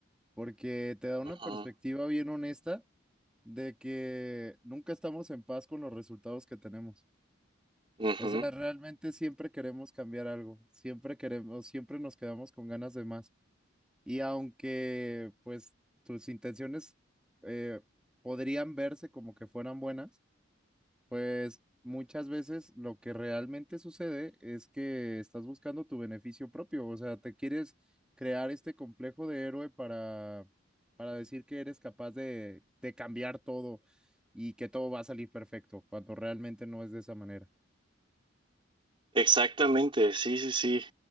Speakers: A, in the centre; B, on the right.
A: porque te da una
B: Ujú,
A: perspectiva bien honesta de que nunca estamos en paz con los resultados que tenemos.
B: ujú.
A: O sea, realmente siempre queremos cambiar algo, siempre queremos, siempre nos quedamos con ganas de más. Y aunque pues tus intenciones eh, podrían verse como que fueran buenas, pues muchas veces lo que realmente sucede es que estás buscando tu beneficio propio, o sea, te quieres crear este complejo de héroe para, para decir que eres capaz de, de cambiar todo y que todo va a salir perfecto, cuando realmente no es de esa manera.
B: Exactamente, sí, sí, sí.